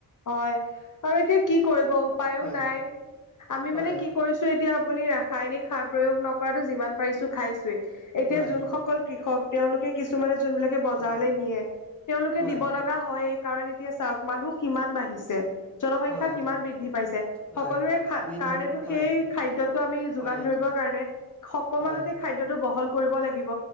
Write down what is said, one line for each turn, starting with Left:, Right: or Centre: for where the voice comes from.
Left: হয় আৰু এতিয়া কি কৰিব উপায়ো
Centre: হয়
Left: নাই আমি
Centre: হয়
Left: মানে কি কৰিছো। এতিয়া আপুনি ৰাসায়নিক সাৰ প্ৰয়োগ নকৰাটো যিমান পাৰিছো খাইছোৱেই এতিয়া
Centre: হয়
Left: যোনসকল অকল কৃষক তেওঁলোকে কিছুমানে যোনবিলাকে বজাৰলৈ
Centre: হয়
Left: নিয়ে তেওঁলোকে
Centre: হয়
Left: দিব লাগ না হয়ে এই কাৰণ এতিয়া চাওক মানুহ কিমান বাঢ়িছে জনসংখ্যা
Centre: হয়
Left: কিমান বৃদ্ধি পাইছে
Centre: হয়
Left: সকলোৰে খা
Centre: মেইন
Left: কাৰণেতো
Centre: কথা হয়
Left: সেই খাদ্যটো আমি যোগান
Centre: হয়
Left: ধৰিবৰ কাৰণে খকমানতে
Centre: হয়
Left: খাদ্যটো বহল কৰিব লাগিব